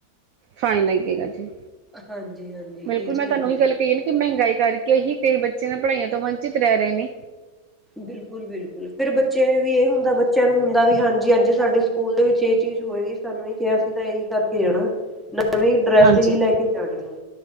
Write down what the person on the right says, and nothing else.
ਫਾਈਨ ਲੱਗੇਗਾ ਜੀ
ਬਿਲਕੁਲ
ਮੈਂ ਤੁਹਾਨੂੰ
ਇਹੀ
ਗੱਲ ਕਹੀ ਨਾ ਕਿ ਮਹਿੰਗਾਈ ਕਰਕੇ ਹੀ ਕਈ ਬੱਚੇ ਨਾ ਪੜ੍ਹਾਈਆਂ ਤੋਂ ਵੰਚਿਤ ਰਹਿ ਰੇ ਨੇ।
ਹਾਂਜੀ।